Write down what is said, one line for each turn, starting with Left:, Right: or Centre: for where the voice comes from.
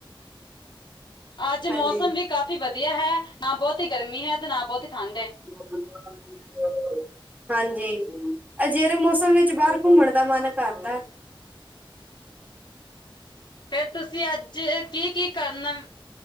Left: ਅੱਜ
Right: ਹਾਂਜੀ,
Left: ਮੌਸਮ ਵੀ ਕਾਫ਼ੀ ਵਧੀਆ ਹੈ, ਨਾ ਬਹੁਤ ਗਰਮੀ ਹੈ ਤੇ ਨਾ ਬਹੁਤੀ ਠੰਡ ਹੈ।
Right: <unintelligible> ਹਾਂਜੀ, ਅਜਿੜੇ ਮੌਸਮ ਵਿੱਚ ਬਾਹਰ ਘੁੰਮਣ ਦਾ ਮਨ ਕਰਦਾ।
Left: ਫਿਰ ਤੁਸੀਂ ਅੱਜ ਕੀ-ਕੀ ਕਰਨ